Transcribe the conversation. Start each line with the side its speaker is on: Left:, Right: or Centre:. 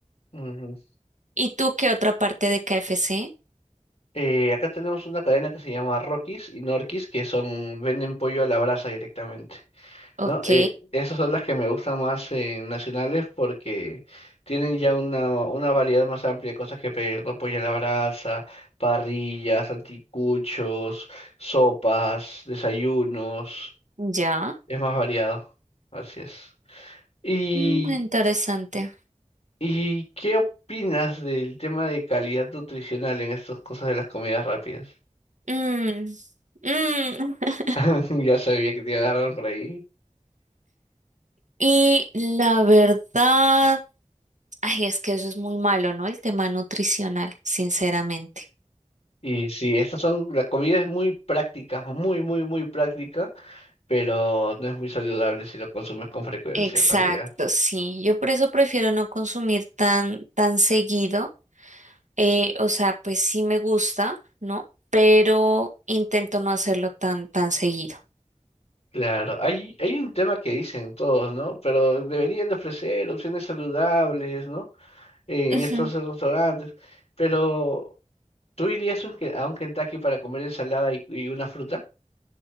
Left: <laughs> Ujú.
Right: ¿Y tú qué otra parte de KFC?
Left: Eh, acá tenemos una cadena que se llama Rockies y Norquis, que son, venden pollo a la brasa directamente.
Right: Ok,
Left: No, eh, esas son las que me gustan más en nacionales porque tienen ya una, una variedad más amplia de cosas que pedir, ¿no? Pollo a la brasa, parrillas, anticuchos, sopas, desayunos,
Right: ya.
Left: es más variado, así es. ¿Y,
Right: Mm, interesante.
Left: y qué opinas del tema de calidad nutricional en estas cosas de las comidas rápidas?
Right: Mm, mm. <laughs>
Left: <laughs> Ya sabía que te iba a agarrar por ahí.
Right: Y la verdad. Ay, es que eso es muy malo, ¿no? El tema nutricional, sinceramente.
Left: Y sí, estas son, la comida es muy práctica, muy, muy, muy práctica. pero no es muy saludable si lo consumes con frecuencia
Right: Exacto,
Left: en realidad.
Right: sí. Yo por eso prefiero no consumir tan, tan seguido. Eh, o sea, pues sí me gusta, ¿no? Pero intento no hacerlo tan, tan seguido.
Left: Claro, hay, hay un tema que dicen todos, ¿no? Pero deberían de ofrecer opciones saludables, ¿no? En
Right: Ujú.
Left: estos restaurantes. Pero, ¿tú irías un Ke- a un Kentucky para comer ensalada y, y una fruta?